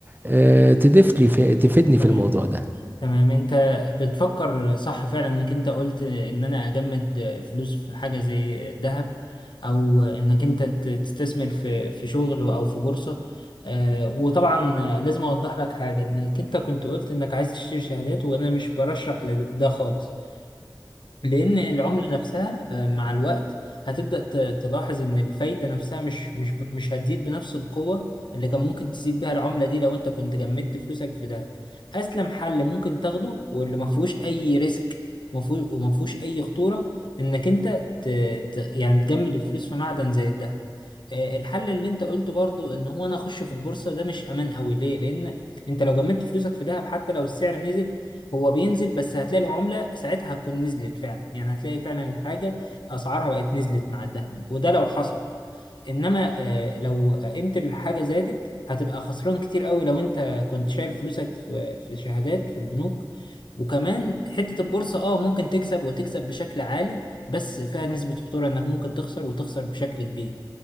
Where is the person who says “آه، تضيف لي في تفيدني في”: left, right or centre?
Right